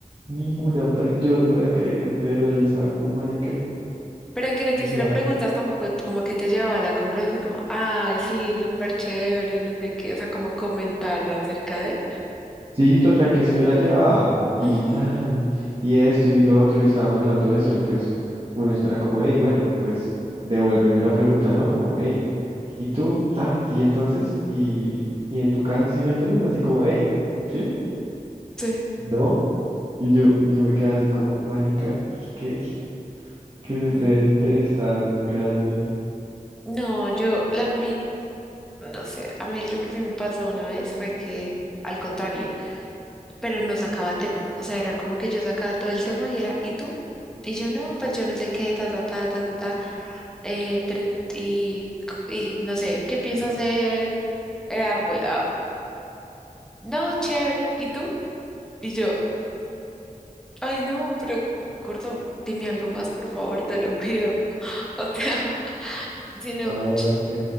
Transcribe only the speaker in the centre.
Pero aunque no te
hiciera
preguntas tampoco, t- como que te llevaba a la conversación como, ay, sí, súper chévere, no sé qué, o sea, como comentar acerca de...
Ujú,
ujú, sí.
Mm,
No, yo, la mi, no sé, a mí lo que sí me pasó una vez fue que, al contrario. pero no sacaba tema. O sea, era como que yo sacaba todo el tema y era, ¿y tú? Y yo no, pues yo no sé qué, ta, ta, ta, ta, ta, ta. eh, pero, y, y no sé, ¿qué piensas de el árbol? Ah, no, chévere. ¿Y tú? Y yo, ay, no, pero, gordo, dime algo más, por favor, te lo pido. <laughs> O sea, si no,
ch-